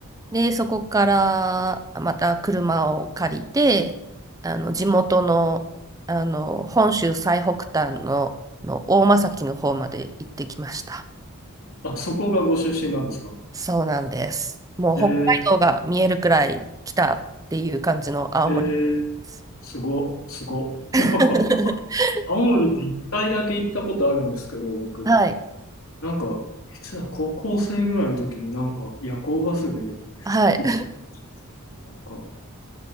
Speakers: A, on the right; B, on the left.
A: で、そこからまた車を借りて、あの、地元の、あの、本州最北端の、の大間崎の方まで行ってきました。
B: あ、そこがご出身なんですか
A: そうなんです。もう北海道が見えるくらい来たっていう感じの青森
B: えー、えー、
A: です。
B: すご、すご。
A: <laughs>
B: <laughs> 青森って一回だけ行ったことあるんですけど、僕、
A: はい。
B: なんか、いつだ、高校生ぐらいの時になんか夜行バスで
A: はい。
B: 行ったんですよ。なんか、